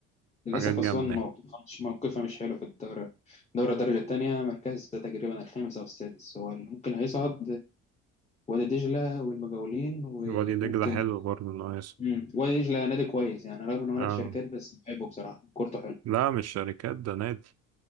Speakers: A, on the left; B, on the right.
A: للاسف
B: جامدة
A: اسوان
B: يعني.
A: موقفها مش موقفها مش حلو في الدوري دوري الدرجه الثانيه مركز تقريبا الخامس او السادس هو اللي ممكن هيصعد وادي دجلة والمجاولين وممكن
B: وادي دجلة حلو برضه ناقص
A: مم. وادي دجلة نادي كويس يعني رغم ان هو نادي
B: آه.
A: شركات بس بحبه بصراحة كورته حلو
B: لا مش شركات ده نادي